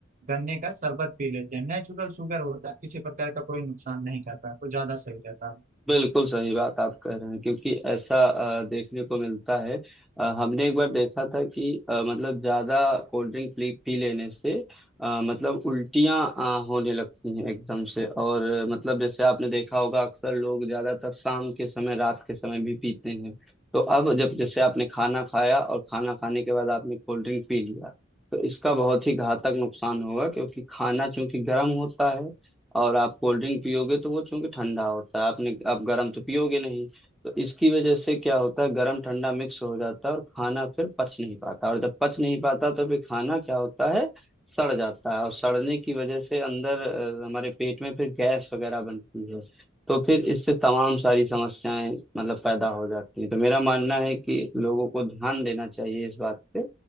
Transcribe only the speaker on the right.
गन्ने का शरबत पी लेते हैं नेचुरल शुगर होता है किसी प्रकार का कोई नुकसान नहीं करता तो ज्यादा सही रहता है